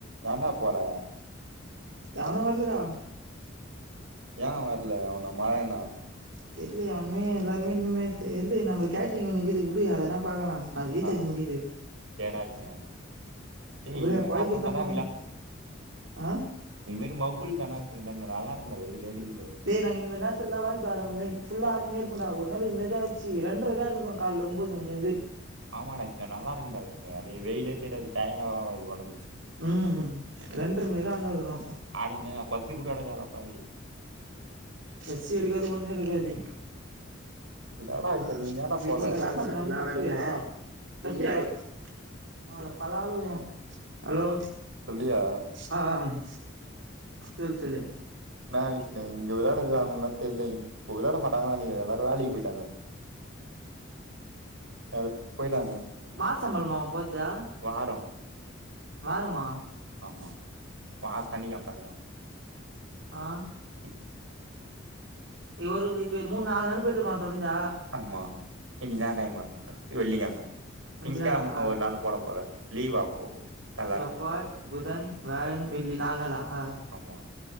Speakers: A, on the right (about 80°); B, on the right (about 65°).
A: ஏன்டா போல
B: எவனு வர்லடா
A: யே வர்ல ஒன்னு மழனா
B: தெர்லயே அவனுமே எல்லாருமே இனிமே தெர்லயே நம்மள் கேட்ரிங் ஒன்னுகிது வுடு அதனா பாக்கலா நாளைக்கு ரீசார்ச்சு
A: ஆ
B: முடியுது
A: சேர்ரா விஷ்ணு டேய்
B: இவளே
A: இனிமே
B: புழைக்குத்தா
A: நேரத்துக்கு தான்டா
B: பாகணு ஆ
A: இதுமேரி மபு <unintelligible>
B: டே நாங்க இந்த மாரி நேர்த்துலலா வேலக்கு வராமருந்தா ஃபுல்லா ஆடிண்ணே இருப்போ டா ஒரு நாளு இதுமாரி தா ஆச்சு ரெண்டுரரை ஆடிண்ணே இருக்றோ கால்ல ஒம்போது மணிலேருந்து
A: ஆமாண்டா கிஷ்ணா நல்லாயிருக்குண்டா அப்பியே வெயிலே தெரியாது டயடா ஆவாது உடம்பு
B: ம் ரெண்டரை மணிரை ஆடின்னுகிறோ
A: அடினே பசி கூட அடங்காது டா பாவி
B: பசி எடுக்காது ஒண்ணு எடுக்காது <unintelligible>
A: என்னடா விஷ்ணு நீங்க ஏன்டா போல
B: <unintelligible> ஹலோ
A: சொல்லுயா
B: ஆ ஆ அம் சொல் சொல்லு
A: என்னா விஷ்ணு இங்க விளையாடுதுறானனுகளா தெரில இப்ப விளாட மாட்டாங்கன்ன நெனக்கிறே ப வேலிக்கு போயிட்டாங்க வேல போயிட்டாங்க
B: மாஸ்சம்பளமா அவ போற்த்து
A: வார
B: வாரமா
A: ஆமா பார் தனியா தந்துகுறாங்
B: ஆ
A: ம்
B: இவரு இப்ப மூணு நால் நாளா போயிட்டுப்பானா தொடர்ந்த
A: ஆமா இன்னிக்கின்னா கிழம வெள்ளிக்கிழம
B: அஞ்சு
A: திங்க்கிழம
B: நாளா ஆ
A: ஒரு நாள் போல போல லீவா அப்போ நல்லா
B: செவ்வாய்
A: இருக்கு
B: புதன் வியாழன் வெள்ளி நாலு நாளா
A: ஆமா